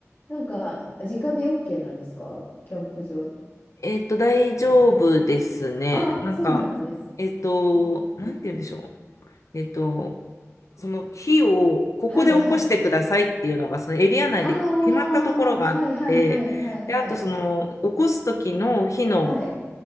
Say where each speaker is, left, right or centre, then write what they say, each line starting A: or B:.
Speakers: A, on the left; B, on the left.
A: なんか、直火 OK なんですかキャンプ場。
B: えっと、大丈夫ですね。
A: あ、
B: なんか、
A: そうなんです。
B: えっと、
A: うん
B: なんて言うんでしょう。えっと、その火をここで起こしてくださいっていうのがそのエリア内で決まったところがあって、
A: はいはい。ああ、はいはいはいはいはい。
B: で、あとその起こす時の火の、
A: はい、